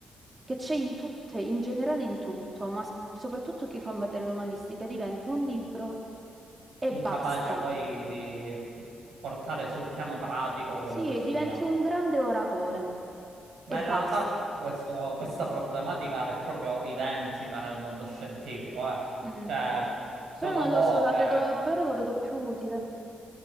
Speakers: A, on the right; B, on the right.
A: che c'è in tutte, in generale in tutto, ma s- soprattutto chi fa materia umanistica diventa un libro e
B: incapace
A: basta.
B: poi di portare sul piano pratico quello
A: Sì,
B: che hai studiato.
A: diventi un grande oratore
B: Ma
A: e basta.
B: in realtà questo- questa problematica è proprio identica nel mondo scientifico, eh.
A: Mm.
B: Cioè, sono
A: Però non
B: poche.
A: lo so, la vedo, però lo vedo più utile.